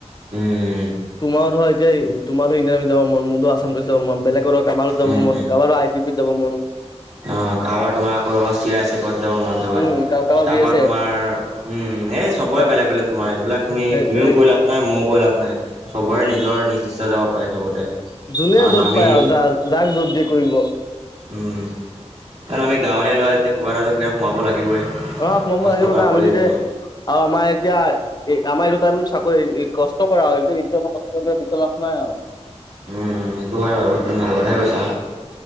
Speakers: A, on the right; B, on the left.
A: উম,
B: তোমাৰ ধৰ এতিয়া, তোমাৰ ধৰ ইণ্ডিয়ান আৰ্মিত মন, মোৰো আছাম পুলিচত যাব মন, বেলেগৰ কৰবালৈ যাব
A: উম,
B: মন, কাৰবাটো আই বি পি ত যাব মন।
A: অঁ কাৰোবাৰ তোমাৰ আকৌ তোমাৰ চি আই চেপত যাব মন থাকে,
B: উম কাৰোবাৰ
A: তা
B: বি
A: পা
B: এছ
A: তোমাৰ,, উম, এই চবৰে
B: এফ
A: বেলেগ বেলেগ তোমাৰ এইবিলাক তুমি
B: সেইটো
A: তুমিও
B: সেইটোৱে
A: কৈ লাভ নাই মইয়ো কৈ লাভ নাই। চবৰে
B: উম
A: নিজৰ নিজ ইচ্ছা যাব পাৰে চবতে।
B: যোনে
A: কাৰণ
B: য'ত
A: আমি
B: পায় আও যাক যাক য'ত দিয়ে কৰিব।
A: ওম। কাৰণ আমি গাঁৱলীয়া ল'ৰা এতিয়া কিবা এটাটো কিবা সোমাব লাগিবই।
B: অ সোমাব
A: কষ্ট
B: লাগিব,
A: কৰা
B: কাৰণ
A: পোৱালি
B: আমি দুয়াই,
A: যেতিয়া
B: আৰু আমাৰ এতিয়া এ আমাৰ এইটো টাইম চাকৰি কষ্ট কৰা হয়টো এইটো টাইমত, কষ্ট কৰি পিছত লাভ নাই আও।
A: ওম ওম সেইটো হয় বাৰু, তুমি ভাল কথাই কৈছা।